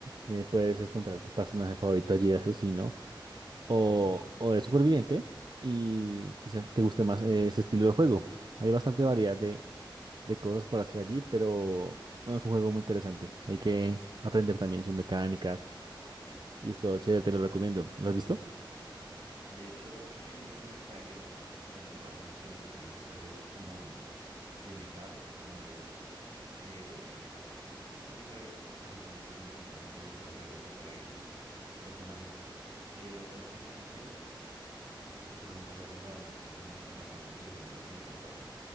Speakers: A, on the right; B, on the right.
A: Eh, puedes encontrar tu personaje favorito allí de asesino o,
B: Mm.
A: o de superviviente y quizá te guste más eh, este estilo de juego. Hay bastante variedad de, de cosas por hacer allí, pero no es un juego muy interesante. Hay que aprender también sus mecánicas y es todo chévere, te lo recomiendo. ¿Lo has visto?
B: De hecho, he visto algunos trailers cuando anuncian lo que tú dices, juegos como de invitados, como de... eh, este tipo de asesinos que tú me contaste pues dentro del juego que traen personajes de otras franquicias, pero nunca lo he jugado, me, me suena bastante interesante lo que me cuentas.